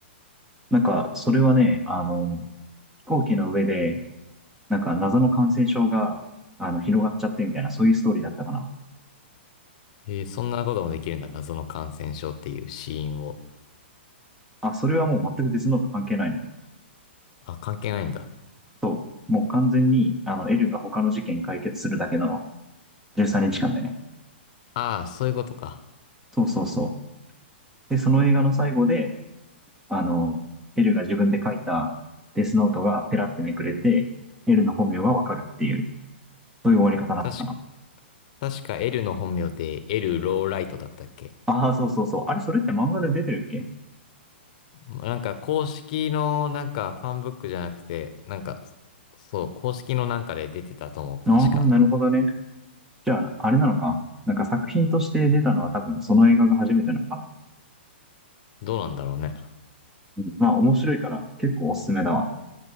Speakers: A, in the centre; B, on the left (about 35°).
A: なんか、それはね、あの、飛行機の上で、なんか謎の感染症が、あの、広がっちゃってみたいな、そういうストーリーだったかな。
B: えー、そんなこともできるんだ。謎の感染症っていう死因を。
A: あ、それはもう全くデスノート関係ないのよ。
B: あ、関係ないんだ。
A: そう。もう完全に、あの、エルが他の事件解決するだけの13日間でね。
B: ああ、そういうことか。
A: そうそうそう。で、その映画の最後で、あの、エルが自分で書いたデスノートがペラってめくれて、エルの本名がわかるっていう、そういう終わり方だったかな。
B: 確か、確か L の本名って L ローライトだったっけ
A: ああ、そうそうそう。あれ、それって漫画で出てるっけ
B: なんか公式のなんかファンブックじゃなくて、なんか、そう、公式のなんかで出てたと思う、
A: ああー、
B: 確か。
A: なるほどね。じゃあ、あれなのか。なんか作品として出たのは多分その映画が初めてなのかな。
B: どうなんだろうね。
A: まあ面白いから結構おすすめだわ。